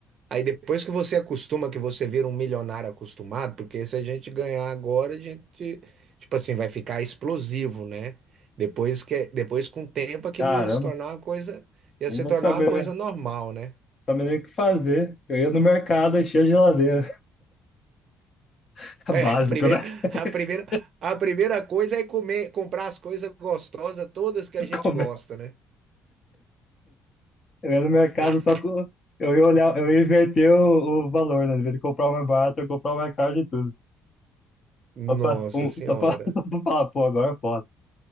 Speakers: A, on the right; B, on the left.
A: Aí depois que você acostuma, que você vira um milionário acostumado, porque se a gente ganhar agora, a gente, tipo assim, vai ficar explosivo, né? Depois que, depois com o tempo, aquilo
B: Caramba,
A: ia se tornar uma coisa, ia
B: não
A: se
B: vou
A: tornar
B: saber,
A: uma coisa normal, né?
B: saber nem o que fazer. Eu ia no mercado, enchia a geladeira. <laughs> Básico,
A: É, a primeira,
B: né? <laughs>
A: a primeira, a primeira coisa é comer, comprar as coisas gostosas, todas que a gente
B: Como
A: gosta,
B: é?
A: né?
B: Eu ia no mercado
A: <laughs>
B: só com. Eu ia olhar, eu ia inverter o, o valor, né? Em vez de comprar o mais barato, eu ia comprar o mais caro de tudo.
A: Nossa
B: Só pra, um,
A: Senhora.
B: só pra, <laughs> só pra falar, pô, agora pode,